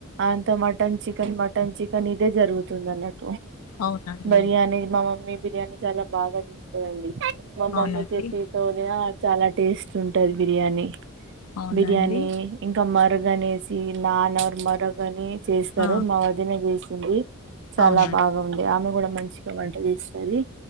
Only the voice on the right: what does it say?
అంత మటన్ చికెన్ మటన్ చికెన్ ఇదే జరుగుతుంది అన్నట్టు
బిర్యానీ మా మమ్మీ బిర్యానీ చాలా బాగా చేస్తదిండి మా
మమ్మీ చేతితోనే చాలా టేస్ట్ ఉంటది బిర్యానీ
బిర్యానీ ఇంకా మరగ అనేసి నాన్వర్ మరగ అని చేస్తారు
మా వదినే చేసింది చాలా
బాగా వుంది ఆమె కూడా మంచిగా వంట చేస్తది